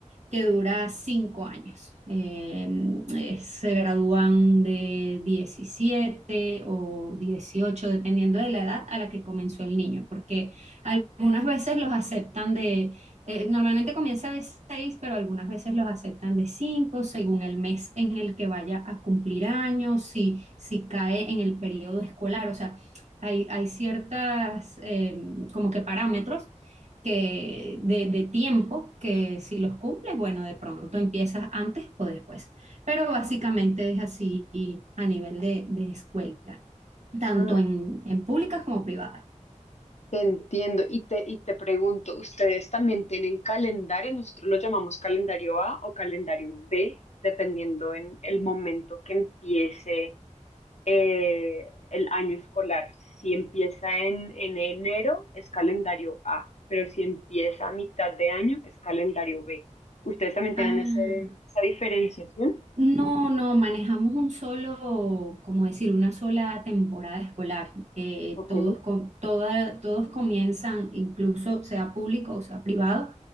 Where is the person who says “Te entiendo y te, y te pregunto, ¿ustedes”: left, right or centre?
Left